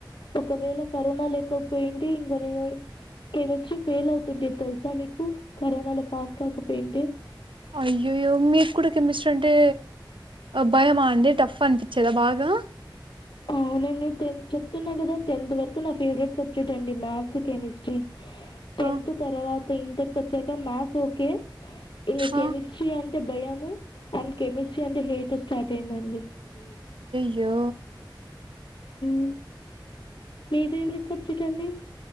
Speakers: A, on the left (about 70°); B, on the right (about 85°).
A: ఒకవేళ కరోనా లే కపోయింటే ఇంగ నిన్ కెమిస్ట్రీ ఫెయిల్ అయితుండే తెలుసా మీకు కరోనా లో పాస్ కాకపోఇంటే
B: అయ్యయ్యో మీకు కూడా కెమిస్ట్రీ అంటే భయమా అండి టఫ్ అనిపించేదా బాగా
A: అవునండి టెన్ చెప్తున్నా కదా టెన్త్ వరకు నా ఫేవరెట్ సబ్జెక్ట్ అండి మ్యాథ్స్ కెమిస్ట్రీ టెన్త్
B: ఆ!
A: తర్వాత ఇంటర్కి వచ్చాక మ్యాథస్ ఓకే ఇంగ కెమిస్ట్రీ
B: ఆ!
A: అంటే భయము అండ్ కెమిస్ట్రీ అంటే హేట్ స్టార్ట్ అయిందండి లేదు
B: య్యే
A: మ్ మీ ఫేవరెట్ సబ్జెక్ట్ అండి